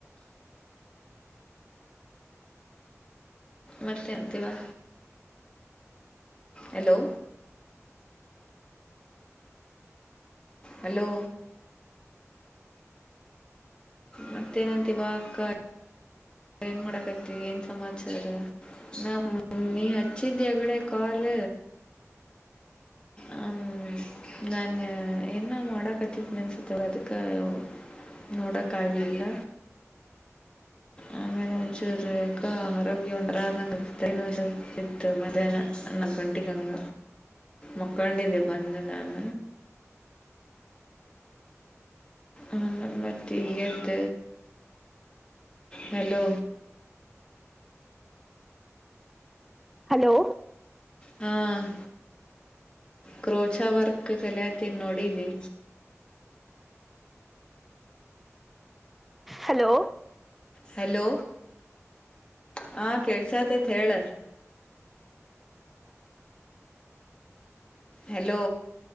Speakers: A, on the left; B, in the centre.
A: ಮತ್ತೆ ಅಂತೀವಾ ಹಲೋ ಹಲೋ ಮತ್ತೇನಂತ ಇಿವ ಕ <unintelligible> ಏನ್ ಮಾಡಕತಿ ಏನ್ ಸಮಾಚಾರ ನ ನೀ ಹಚ್ಚಿದ್ದಿ ಹೆಗ್ಡೆ ಕಾಲ್
B: ಹ <unintelligible>
A: ಹ ನಾನು ಏನ ಮಾಡಕತ್ತಿದ್ನಿ ಅನ್ಸತ್ತೆಾಗ ಅದಕ್ಕೆ <unintelligible> ನೋಡಕ್ಕ ಆಾಗಲಿಲ್ಲ
B: ಹ <unintelligible>
A: ಆಮೇಲೆ ಮುಂಚೂರು ಯಾಕ್ಕ ಆರೋಗ್ಯ ಒಂದರ ಆದಂಗನ ಇತ್ತು ಮಧ್ಯಾಹ್ನ <unintelligible> ನನ್ನಕಂಠಿಕಂಗ ಮಕ್ಕಂಡ ದಬ್ಬಂದಿ ನಾನ
B: ಹ <unintelligible>
A: ಹನ್ಮ್ಮತಿಯ್ದ ಹಲೋ
B: ಹಲೋ
A: ಹ್ಮ್ ಕ್ರೋಚ ವರ್ಕ್ ಕಲತನ್ಿ <unintelligible> ನೋಡವಿ
B: ಹಲೋ
A: ಹಲೋ ಹಾ ಕೆಲ್ಸತೇತ್ ಹೇಳ ಹಲೋ